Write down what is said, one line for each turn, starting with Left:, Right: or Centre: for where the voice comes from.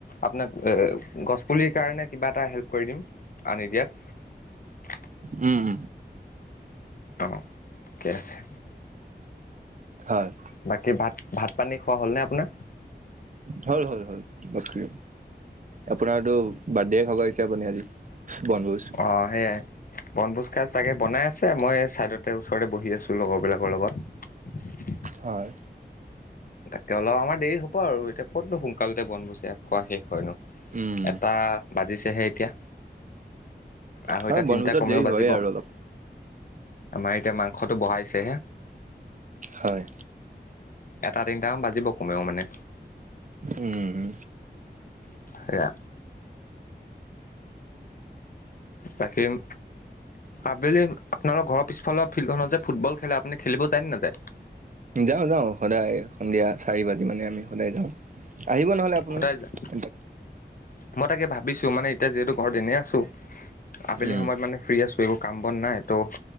Left: আপোনাক এ গছপুলিৰ কাৰণে কিবা এটা হেল্প কৰি দিম আনি দিয়াত।
Right: উম।
Left: অ ঠিকে আছে।
Right: হয়
Left: বাকী ভাত-ভাত পানী খোৱা হ'লনে আপোনাৰ?
Right: হ'ল-হ'ল-হ'ল বাকী আপোনাৰতো বাৰ্ডে খাব আহিছে আপুনি আজি? বনভোজ
Left: অ সেইয়াই। বনভোজ খাজ তাকে বনাই আছে মই ছাইডতে ওচৰতে বহি আছোঁ লগৰবিলাকৰ লগত।
Right: হয়।
Left: তাকে অলপ আমাৰ দেৰি হ'ব আৰু এতিয়া ক'তনো সোনকালতে বনভোজ এয়া খোৱা শেষ হয় নো।
Right: উম
Left: এটা বাজিছেহে এতিয়া। আঢ়ৈটা
Right: হয়
Left: তিনিটা
Right: বনভোজত
Left: কমেও
Right: দেৰি
Left: বাজিব।
Right: হয়ে আৰু অলপ
Left: আমাৰ এতিয়া মাংসটো বহাইছেহে।
Right: হয়
Left: এটা তিনিটামান বাজিব কমেও মানে।
Right: উম
Left: সেয়া। তাকীম। আবেলি আপোনালোকৰ ঘৰৰ পিছফালৰ ফিল্ডখনত যে ফুটবল খেলে আপুনি খেলিব যায়নে নাযায়?
Right: যাওঁ-যাওঁ সদায় সন্ধিয়া চাৰি বাজি মানে আমি সদায় যাওঁ। আহিব নহলে আপোনালোক৷
Left: সদায় যায় মই তাকে ভাবিছো মানে এতিয়া যিহেতু ঘৰত এনেই আছো আবেলি
Right: উম
Left: সময়ত মানে ফ্ৰী আছো একো কাম বন নাই ত'।